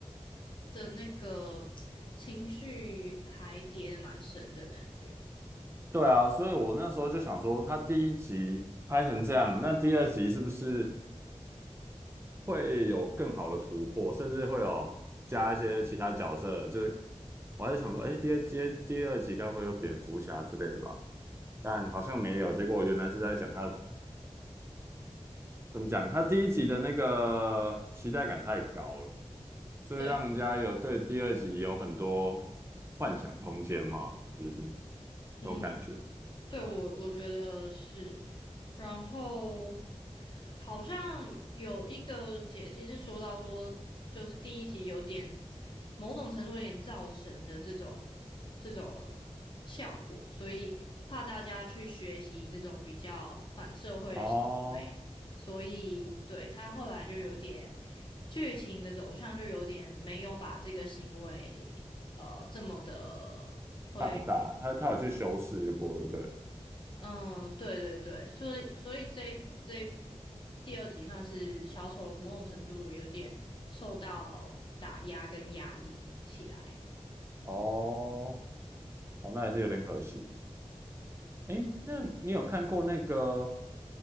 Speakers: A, on the left (about 45°); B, on the right (about 20°).
A: 的那个情绪还叠的蛮深的感觉。
B: 对啊，所以我那时候就想说，他第一集拍成这样，那第二集是不是会有更好的突破，甚至会有加一些其他角色？就是我还在想说，哎，第二第二第二集该不会有蝙蝠侠之类的吧？但好像没有。结果原来是在讲他怎么讲，他第一集的那个期待感太高了。所以让人家有对第二集有很多
A: 对，
B: 幻想空间吗？就是
A: 嗯。
B: 这种感觉。
A: 对，我我觉得是，然后好像有一个解析是说到说，就是第一集有点某种程度有点造神的这种这种效果，所以怕大家去学习这种比较反社会的行为，
B: 哦，
A: 所以对他后来就有点剧情的走向就有点没有把这个行为呃这么的。推
B: 放大，他他有去修饰过就对了。
A: 嗯，对对对，所以所以这一这一部第二集算是小丑某种程度有点受到打压跟压抑起来。
B: 哦，哦，那也是有点可惜。诶，
A: 嗯，
B: 那你有看过那个